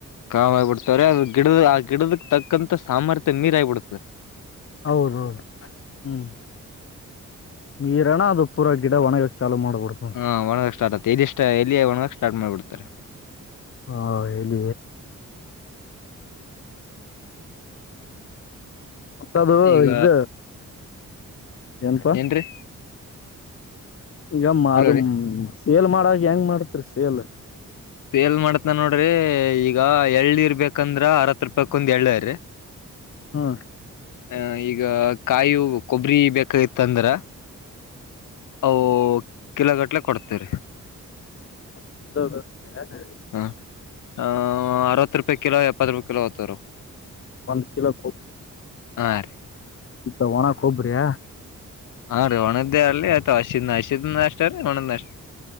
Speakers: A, on the left (about 80°); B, on the left (about 45°).
A: ಕಾಮ್ ಆಗಿಬಿಡ್ತವ್ರೀ ಅದು ಗಿಡದ ಆ ಗಿಡದಕ್ ತಕ್ಕಂತ ಸಾಮರ್ಥ್ಯ ನೀರ್ ಆಗಿಬಿಡತರಿ
B: ಹೌದೌದು ಹ್ಮ್ ನೀರೋಣ ಅದು ಪೂರ ಗಿಡ ಒಣಗೋಗ ಚಾ ಮಾಡ್ಬಹ್ದದು
A: ಹಾ ಒಣ್ ಗಕ್ಕೆ ಸ್ಟಾರ್ಟ್ ಆ್ತ ಎಲ್ಲಿಷ್ಟ ಎಲ್ಲಿ ಒಣಗಕ್ಕೆ ಸ್ಟಾರ್ಟ್ ಮಾಡ್ಬಡ್ತಾರೆ
B: ಹಾ ಹೇಳಿ ಮತ್ತದು
A: ಈಗ
B: ಇದ ಏನಪಾ
A: ಏನ್ರೀ
B: ಈಗಮ್ಮ
A: ಹಲೋ
B: ಅದು
A: ರೀ
B: ಸೇಲ್ ಮಾಡಾಗ ಹೆಂಗ್ ಮಾಡತ್ರಿ ಸೇಲ್
A: ಸೇಲ್ ಮಾಡತ ನೋಡ್ರಿ ಈಗ ಎಳ್ಳನಿರ್ ಇರ್ಬೇಕಂದ್ರ ಅರತ್ ರೂಪಾಯಕ್ ಒಂದ್ ಎಳ್ಳ್ರರಿ
B: ಹಾ
A: ಆ ಈಗ ಕಾಯು ಕೊಬ್ಬರಿ ಬೇಕಾಗಿತ್ತ ಅಂದ್ರ ಅವು ಕಿಲೋ ಗಟ್ಲೆ ಕೊಡ್ತೇವ್ರಿ
B: <unintelligible> <inaudible>
A: ಹಾ ಹ ಅರವತ್ತು ರೂಪಾಯಿ ಕಿಲೋ ಎಪ್ಪತ್ತು ರೂಪಾಯಿ ಕಿಲೋ ಹೊತಾರ
B: ಒಂದ್ ಕಿಲೋ
A: ಹಾ ರೀ
B: ಇತ್ತ ಒಣ ಕೊಬ್ರಿಯ
A: ಹಾ ರೀ ಒಣದ್ದೇ ಅ ಆಯ್ತ ಹಸಿ ಹಸಿದ ಅಷ್ಟ ರೀ ಒಣದ್ ಅಷ್ಟ